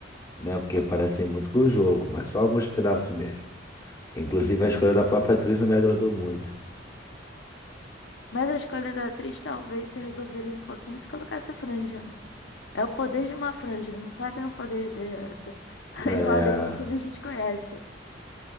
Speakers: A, on the left (about 20°); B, on the left (about 65°).
A: né? Porque parecem muito com o jogo, mas só alguns pedaços mesmo. Inclusive a escolha da própria atriz não me agradou muito.
B: Mas a escolha da atriz talvez se resolveria um pouquinho se colocasse a franja, né? É o poder de uma franja, eles não sabem o poder de... <laughs>
A: É.
B: Em Hollywood eles desconhecem.